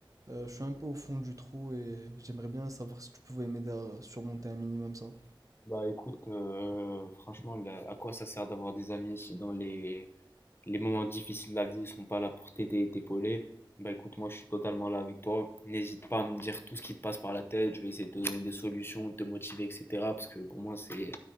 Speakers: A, on the right (about 40°); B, on the left (about 25°).
A: Euh, je suis un peu au fond du trou et j'aimerais bien savoir si tu pouvais m'aider à surmonter un minimum ça.
B: Bah écoute, euh, franchement, là, à quoi ça sert d'avoir des amis si dans les, les moments difficiles de la vie, ils sont pas là pour t'aider et t'épauler? Bah écoute, moi je suis totalement là avec toi. N'hésite pas à me dire tout ce qui te passe par la tête, je vais essayer de te donner des solutions, de te motiver, etc. Parce que pour moi, c'est